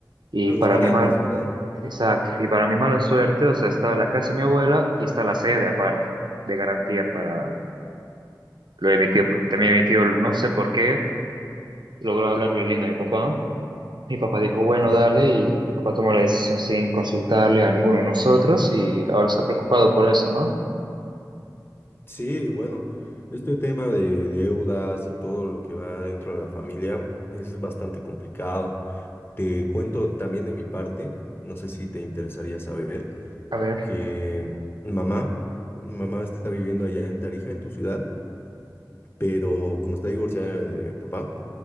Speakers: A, on the right; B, on the left.
A: Y
B: A
A: para
B: los garantes,
A: mi mal,
B: ¿verdad?
A: exacto, y para mi mala suerte, o sea, está la casa de mi abuela y está la sede aparte de garantía para lo de mi tío, porque también mi tío, no sé por qué, logró hablarle lindo a mi papá. Mi papá dijo, bueno,
B: Ya.
A: dale, y mi papá tomó la decisión sin consultarle a ninguno de nosotros y ahora está preocupado por eso, ¿no?
B: Sí, bueno, este tema de deudas y todo lo que va dentro de la familia es bastante complicado. Te cuento también de mi parte, no sé si te interesaría saber,
A: A ver,
B: que mamá, mamá está viviendo allá en Tarija, en tu ciudad. pero como está divorciada de papá,